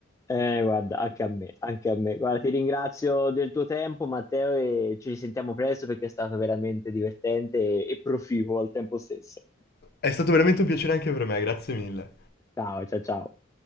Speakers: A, on the left (about 15°); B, on the left (about 50°).
A: eh, guarda, anche a me, anche a me. Guarda, ti ringrazio del tuo tempo, Matteo, e ci risentiamo presto perché è stato veramente divertente e e proficuo al tempo stesso.
B: È stato veramente un piacere anche per me, grazie mille.
A: Ciao, ciao, ciao.